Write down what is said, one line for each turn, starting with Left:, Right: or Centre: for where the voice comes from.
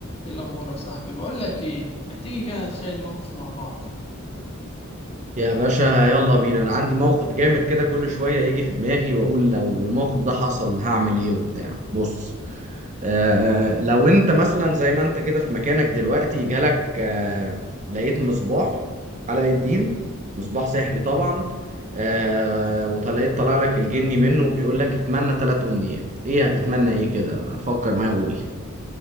Left: ايه الاخبار يا صاحبي بقول لك ايه ما تيجي كده نتخيل موقف مع بعض
Right: يا باشا يلا بينا انا عندي موقف جامد كده كل شويه يجي في دماغي واقول لو الموقف ده حصل هعمل ايه وبتاع بص آه لو انت مثلا زي ما انت كده في مكانك دلوقتي جالك آه لقيت مصباح علاء الدين مصباح سحري طبعا آه وطلعت طلع لك الجني منه وبيقول لك اتمنى ثلاث امنيات ايه هتتمنى ايه كده فكر معايا وقول لي